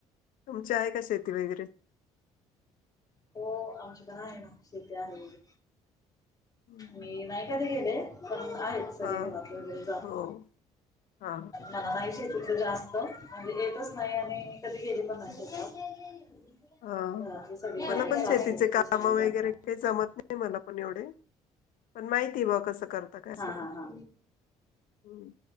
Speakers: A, on the left; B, on the left.
A: तुमची आहे का शेती वगैरे,
B: हो आमच्याकण आहे ना शेती आहे.
A: हम्म.
B: मी नाही कधी गेले, पण आहेत सगळे
A: हा
B: घरात वगैरे जात
A: हो हा
B: नाही शती जास्त येतच नाही आणि कधी गेली पण नाही.
A: हा
B: घरातले सगळे
A: मला
B: जातात
A: पण
B: सासू
A: शेतीचे
B: ते
A: काम
B: सगळे
A: वगैरे
B: जातात
A: काही जमत नाही मला पण एवढे. पण माहिती बघ कसं, करता काय सगळं
B: हा हा हा
A: हम्म.